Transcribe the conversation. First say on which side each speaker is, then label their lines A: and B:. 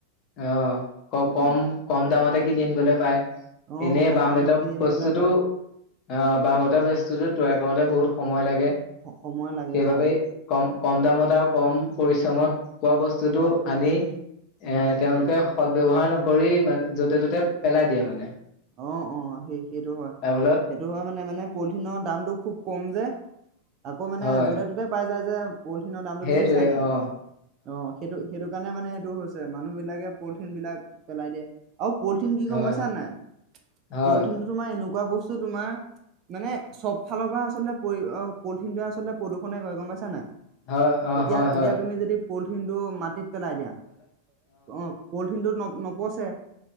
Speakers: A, on the left (about 40°); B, on the right (about 35°).
A: অঁ ক
B: উম
A: কম-কম দামতে কিনি আনিবলৈ পায়।
B: অ'
A: এনে
B: কম
A: বাঁহ
B: দামত
A: বেতৰ
B: কিনি আনিবলৈ
A: বস্তুটো,
B: পায়
A: অঁ বাঁহ বেতৰ
B: অ'
A: বস্তুতো তৈয়াৰ গাৱতে বহুত সময় লাগে।
B: সময় লাগে
A: সেইবাবেই
B: অ'।
A: কম কম দামত আৰু কম পৰিশ্ৰমত খোৱা বস্তুটো
B: হয়
A: আনি এ
B: হয়।
A: তেওঁলোকে সদ ব্যৱহাৰ নকৰি, মানে য'তে ত'তে পেলাই দিয়ে মানে।
B: অঁ, অ সেই সেইটো হয়,
A: তাৰ ফলত
B: সেইটো হয় মানে-মানে পলিথিনৰ দামটো খুব কম যে। আকৌ মানে
A: হয়
B: য'তে ত'তে পাই যায় যে পলথিনৰ দামটো
A: সেইটোৱে
B: দেখিছা নাই,
A: অ
B: অ' সেইটো- সেইটো কাৰণে মানে টো হৈছে মানুহ বিলাকে পলিথিন বিলাক পেলাই দিয়ে। আৰু পলিথিন কি গম
A: হয়
B: পাইছা নাই।
A: হয়
B: পলিথিনটো তো মই এনেক খোৱা বস্তু তোমাৰ, মানে চব ফালৰ পৰা আচলতে, পলিথিনে আচলতে প্ৰদূষণে কৰে, গম পাইছা নাই?
A: হয়, অ'
B: এতিয়া
A: হয়! হয়!
B: এতিয়া তুমি যদি পলিথিনটো, মাটিত পেলাই দিয়া, অ' পলিথিনটোত ন নপচে